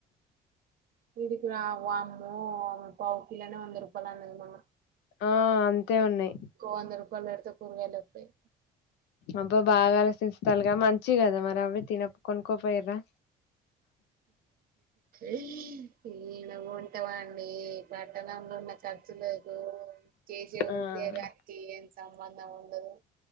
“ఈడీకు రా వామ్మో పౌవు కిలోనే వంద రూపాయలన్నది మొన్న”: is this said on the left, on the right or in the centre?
Right